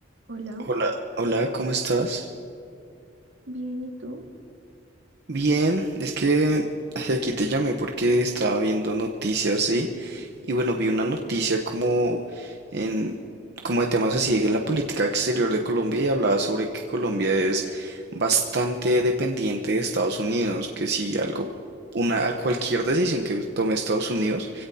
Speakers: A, on the right; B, on the right.
A: Hola,
B: Hola, hola, ¿cómo estás?
A: bien, ¿y tú?
B: Bien, es que ay, aquí te llamé porque estaba viendo noticias, ¿sí? Y bueno, vi una noticia como en como de temas así de la política exterior de Colombia y hablaba sobre que Colombia es bastante dependiente de Estados Unidos, que si algo una cualquier decisión que tome Estados Unidos